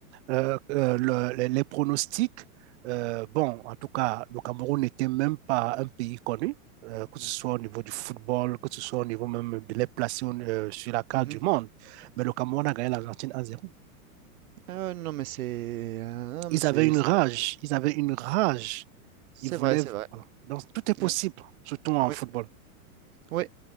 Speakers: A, on the right (about 45°); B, on the right (about 70°).
A: euh, euh, le, les, les pronostics, euh, bon, en tout cas, le Cameroun n'était même pas un pays connu, euh, que ce soit au niveau du football, que ce soit au niveau même de les placer euh, sur la carte
B: mhm.
A: du monde. Mais le Cameroun a gagné l'Argentine 1-0.
B: Ah non mais c'est ah,
A: Ils
B: mais c'est
A: avaient une
B: c'est
A: rage,
B: vrai
A: ils avaient une rage.
B: c'est
A: Ils voulaient.
B: vrai c'est vrai.
A: Voilà. Donc, tout est possible,
B: Ouais,
A: surtout en
B: oui.
A: football.
B: oui.